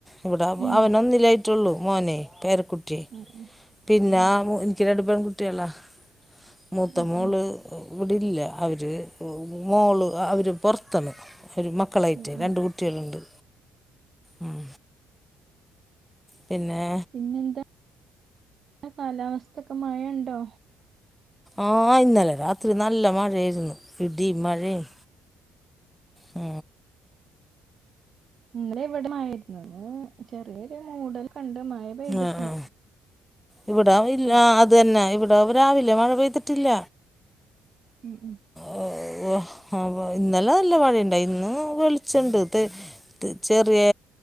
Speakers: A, in the centre; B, on the right.
A: ഇവിടെ
B: ഉം
A: അവന് ഒന്നില്ലായിട്ടുള്ളൂ മോനെ പേരക്കുട്ടി
B: ഉം ഉം
A: പിന്നെ
B: ഉം
A: എനിക്ക്‌ രണ്ട് പെൺ കുട്ടികളാ മൂത്ത
B: ഉം
A: മോള്
B: ഉം
A: ഇവിടില്ല അവര് മോള് അവര് പുറത്താണ് അവര് മക്കളായിട്ടെ
B: ഉം ഉം
A: രണ്ട് കുട്ടികളുണ്ട് ഉം പിന്നെ
B: പിന്നെന്താ കാലാവസ്ഥക്കെ മഴ ഉണ്ടോ
A: ആ ഇന്നലെ രാത്രി നല്ല മഴയായിരുന്നു ഇടിയും മഴയും ആ
B: ഇന്നലെ ഇവിടെ മഴ ഒക്കെ ഉണ്ടായിരുന്നു. ചെറിയൊരു മൂടൽ കണ്ട് മഴ പെയ്തിട്ടില്ല
A: ആ ആ ഇവിടാ ഇല്ല
B: ഉം
A: അത് തന്നെ ഇവിടെ ഇവിടെ രാവിലെ മഴ പെയ്തിട്ടില്ല
B: ഉം ഉം
A: ഓ ഇന്നലെ നല്ല മഴയണ്ട് ഇന്ന് വെളിച്ചണ്ട് ചെറിയ